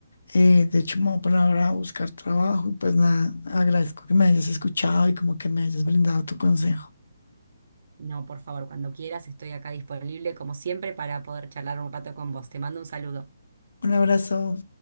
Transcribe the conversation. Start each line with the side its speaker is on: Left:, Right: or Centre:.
Left: Eh, de hecho, me voy a poner ahora a buscar trabajo y pues nada, agradezco que me hayas escuchado y como que me hayas brindado tu consejo.
Right: No, por favor, cuando quieras, estoy acá disponible como siempre para poder charlar un rato con vos. Te mando un saludo.
Left: Un abrazo.